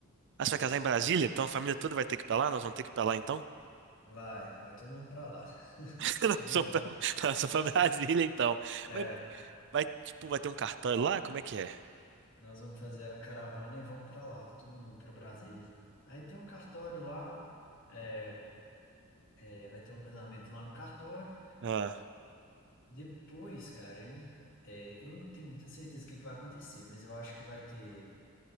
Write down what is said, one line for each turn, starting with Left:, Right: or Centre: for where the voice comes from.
Right: Ah, você
Left: É,
Right: vai casar em Brasília? Então a família toda vai ter que ir pra lá? Nós vamos ter que ir pra lá então?
Left: Vai, vai todo mundo pra lá.
Right: <laughs> Nós
Left: Todo
Right: vamos
Left: mundo.
Right: pra, nós vamos pra Brasília então.
Left: É,
Right: Mas vai, tipo, vai ter um cartão lá? Como é que é?
Left: nós vamos fazer a caravana e vamos pra lá, todo mundo pra Brasília. Aí tem o cartório lá, é, é, vai ter um casamento lá no cartório.
Right: Ah,
Left: Depois, cara, aí é, eu não tenho muita certeza do que que vai acontecer, mas eu acho que vai ter